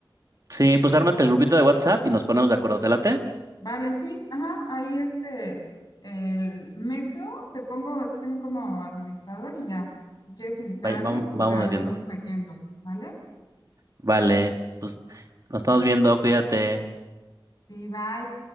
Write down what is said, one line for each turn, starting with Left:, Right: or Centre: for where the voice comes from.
Right: sí, pues ármate el grupito de WhatsApp y nos ponemos de acuerdo. ¿Te late?
Left: Vale, sí, ajá, ahí este, el metro, te pongo a ti también como administrador y ya, si quieres invitar
Right: Vaya-
Left: a alguien,
Right: vam-
Left: pues
Right: vamos
Left: ahí
Right: metiendo.
Left: vamos metiendo, ¿vale?
Right: Vale, pues nos estamos viendo, cuídate.
Left: Sí, bye.